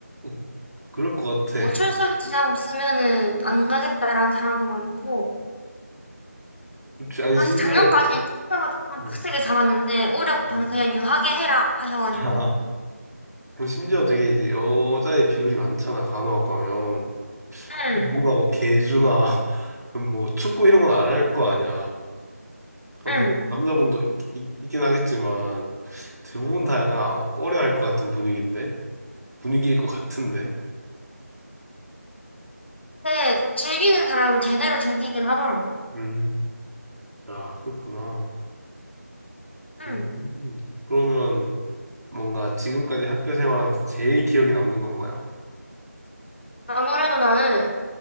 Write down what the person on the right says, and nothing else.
음, 그럴 것 같아.
그치? 아니,
심지어,
어,
음.
<laughs> 그리고 심지어 되게 이제 여자의 비율이 많잖아, 간호학과 하면.
그럼 뭔가 뭐 개주나 <laughs> 뭐 축구 이런 건 안 할 거 아니야. 아,
물론 남자분도 있, 긴 하겠지만 대부분 다 약간 아, 꺼려할 것 같은 분위기인데 분위기일 것 같은데.
음. 아, 그렇구나.
음. 그러면 뭔가 지금까지 학교 생활하면서 제일 기억에 남는 건 뭐야?